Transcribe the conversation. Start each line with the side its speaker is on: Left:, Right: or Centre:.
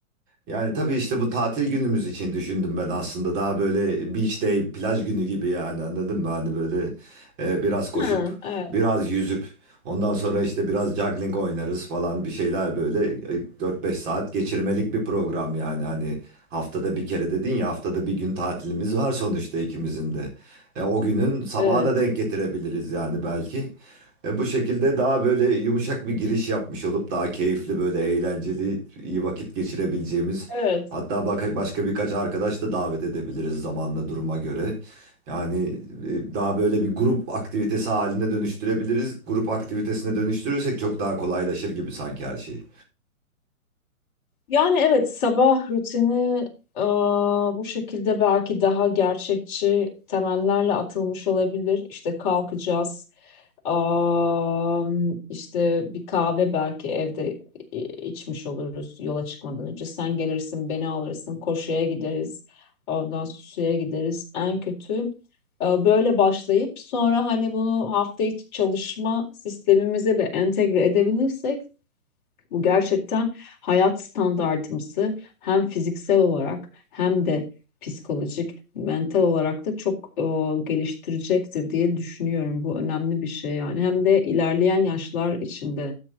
Right: Yani tabii işte bu tatil günümüz için düşündüm ben aslında. Daha böyle beach day, plaj günü gibi yani anladın mı? Hani böyle e, biraz koşup,
Left: Ha, Evet,
Right: biraz yüzüp, ondan sonra işte biraz juggling oynarız falan bir şeyler böyle e, 4-5 saat geçirmelik bir program yani. Hani haftada bir kere dedin ya haftada bir gün tatilimiz var sonuçta ikimizin de. E, o günün sabahına
Left: evet,
Right: denk getirebiliriz yani belki. E, bu şekilde daha böyle yumuşak bir giriş yapmış olup daha keyifli böyle eğlenceli iyi vakit geçirebileceğimiz
Left: evet.
Right: hatta bak- başka birkaç arkadaş da davet edebiliriz zamanla duruma göre. Yani e, daha böyle bir grup aktivitesi haline dönüştürebiliriz. Grup aktivitesine dönüştürürsek çok daha kolaylaşır gibi sanki her şey.
Left: Yani evet sabah rutini aa, bu şekilde belki daha gerçekçi temellerle atılmış olabilir. İşte kalkacağız, aa, işte bir kahve belki evde i- içmiş oluruz yola çıkmadan önce. Sen gelirsin, beni alırsın, koşuya gideriz, ondan sonra suya gideriz. En kötü aa, böyle başlayıp sonra hani bunu hafta içi çalışma sistemimize de entegre edebilirsek bu gerçekten hayat standartımızı hem fiziksel olarak hem de psikolojik, mental olarak da çok e, geliştirecektir diye düşünüyorum. Bu önemli bir şey yani. Hem de ilerleyen yaşlar içinde